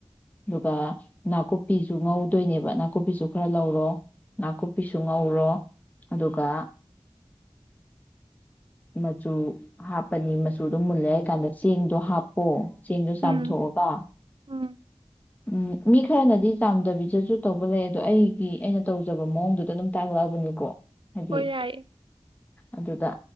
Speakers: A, on the left; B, on the right.
A: ꯑꯗꯨꯒ ꯅꯥꯀꯨꯞꯄꯤꯁꯨ ꯉꯧꯗꯣꯏꯅꯦꯕ ꯅꯥꯀꯨꯞꯄꯤꯁꯨ ꯈꯔ ꯂꯧꯔꯣ ꯅꯥꯀꯨꯞꯄꯤꯁꯨ ꯉꯧꯔꯣ ꯑꯗꯨꯒ ꯃꯆꯨ ꯍꯥꯞꯄꯅꯤ ꯃꯆꯨꯗꯣ ꯃꯨꯜꯂꯦ ꯍꯥꯏ ꯀꯥꯟꯗ ꯆꯦꯡꯗꯣ ꯍꯥꯞꯄꯣ ꯆꯦꯡꯗꯨꯣ ꯆꯥꯝꯊꯣꯛꯑꯒ
B: ꯎꯝ ꯎꯝ
A: ꯎꯝ ꯃꯤ ꯈꯔꯅꯗꯤ ꯆꯥꯝꯗꯕꯤꯗꯁꯨ ꯇꯧꯕ ꯂꯩ ꯑꯗꯣ ꯑꯩꯒꯤ ꯑꯩꯅ ꯇꯧ ꯐꯖꯕ ꯃꯑꯣꯡꯗꯨꯗ ꯑꯗꯨꯝ ꯇꯥꯛꯂꯛꯑꯕꯅꯤꯀꯣ ꯍꯥꯏꯗꯤ
B: ꯍꯣꯏ ꯌꯥꯏꯌꯦ
A: ꯑꯗꯨꯗ